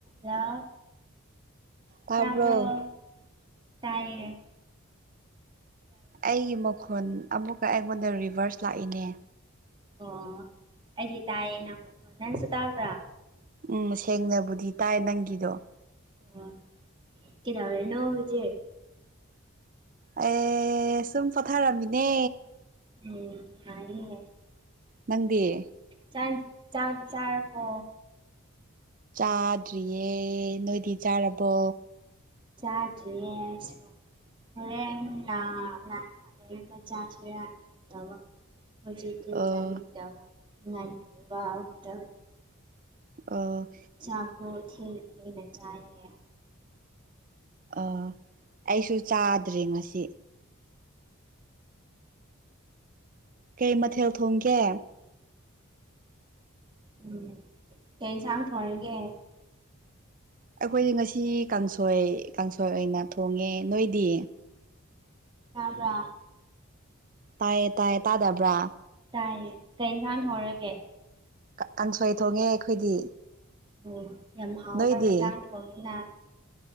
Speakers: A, on the right; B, on the right.
A: ꯔ
B: ꯇꯥꯕ꯭ꯔꯣ
A: ꯇꯥꯕ꯭ꯔ ꯇꯏ
B: ꯑꯩꯒꯤ ꯃꯈꯣꯜ ꯑꯃꯨꯛꯀ ꯑꯩꯉꯣꯟꯗ ꯔꯤꯚꯥꯔꯁ ꯂꯥꯛꯏꯅꯦ
A: ꯑꯣ ꯑꯩꯗꯤ ꯇꯥꯏꯌꯦ ꯅꯪ ꯅꯪꯁꯨ ꯇꯥꯕ꯭ꯔꯥ
B: ꯎꯝ ꯁꯦꯡꯅꯕꯨꯗꯤ ꯇꯥꯏ ꯅꯪꯒꯤꯗꯣ
A: ꯑꯣ ꯀꯗ ꯑꯣꯏꯔꯦ ꯅ ꯖꯦ
B: ꯑꯦ ꯁꯨꯝ ꯄꯣꯊꯥꯔꯝꯃꯤꯅꯦ
A: ꯎꯝ
B: ꯃꯪꯗꯤꯑꯌꯦ
A: ꯆꯥꯟ ꯆꯥ ꯆꯥꯔꯄ
B: ꯆꯥꯗ꯭ꯔꯤꯌꯦ ꯅꯣꯏꯗꯤ ꯆꯥꯔꯕꯣ
A: ꯆꯥꯖ ꯁ ꯍꯣꯔꯍ ꯄ ꯆꯁꯨ ꯇ ꯍꯧꯖꯤ ꯀ
B: ꯑꯣ
A: ꯆꯅꯤꯗ ꯉꯅꯤ ꯋꯥꯗꯥ
B: ꯑ
A: ꯆꯥꯕꯨꯣ ꯊꯈꯤꯔꯈꯤꯅ ꯆꯥꯏꯦ
B: ꯑꯥ ꯑꯩꯁꯨ ꯆꯥꯗ꯭ꯔꯦ ꯉꯁꯤ ꯀꯩ ꯃꯊꯦꯜ ꯊꯣꯡꯒꯦ
A: ꯎꯝ ꯀꯩ ꯏꯟꯁꯥꯡ ꯊꯔꯒꯦ
B: ꯑꯩꯈꯣꯏꯗꯤ ꯉꯁꯤ ꯀꯥꯡꯁꯣꯏ ꯀꯥꯡꯁꯣꯏ ꯑꯣꯏꯅ ꯊꯣꯡꯉꯦ ꯅꯣꯏꯗꯤ
A: ꯌꯥꯕ꯭ꯔꯥ
B: ꯇꯥꯏꯌꯦ ꯇꯥꯏꯌꯦ ꯇꯥꯗꯕ꯭ꯔꯥ
A: ꯇꯥꯏ ꯀꯩ ꯏꯟꯁꯥꯡ ꯍꯧꯔꯒꯦ
B: ꯀꯥꯡꯁꯣꯏ ꯊꯣꯡꯉꯦ ꯑꯩꯈꯣꯏꯗꯤ
A: ꯑꯣ ꯌꯥꯝ ꯍꯥꯎꯕ
B: ꯅꯣꯏꯗꯤ
A: ꯏꯟꯁꯥꯡ ꯊꯣꯡꯉꯅ